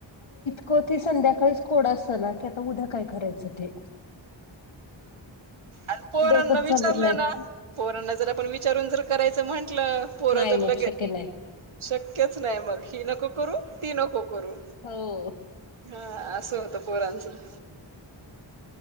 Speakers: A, on the left; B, on the right.
A: को ती संध्याकाळीच कोड असतं ना की आता उद्या काय करायचं ते.
B: आण पोरांना
A: डोकंच
B: विचारलं
A: चालत नाही
B: ना! पोरांना जर आपण विचारून जर करायचं म्हंटलं, पोरं
A: नाही
B: तर
A: मग
B: लगेच.
A: शक्य नाही
B: शक्यच नाही मग, ही नको करू, ती नको करू.
A: हो!
B: हा असं होत पोरांचं <inaudible>